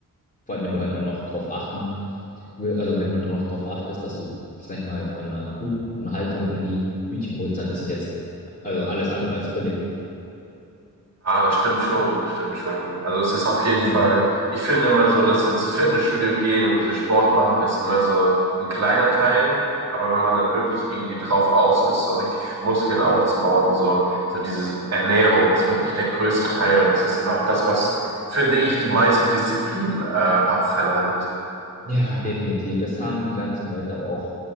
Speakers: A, on the left; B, on the right.
A: Vor allem, wenn du halt auch noch drauf achten will, also wenn du dra- noch drauf achtest, dass du, sag ich mal, von einer guten Haltung irgendwie Hühnchen holst, dann ist es jetzt also alles andere als billig.
B: Ah, das stimmt schon, das stimmt schon. Also es ist auf
A: Ja,
B: jeden Fall, ich finde immer so, dass ins Fitnessstudio gehen und dieses Sport machen ist immer so ein kleiner Teil, aber wenn man dann wirklich irgendwie drauf aus ist, so richtig Muskeln aufzubauen und so, so diese Ernährung ist wirklich der größte Teil und das ist dann auch das, was, finde ich, die meiste Disziplin äh, abverlangt.
A: ja, definitiv. Das haben die ganzen Leute auch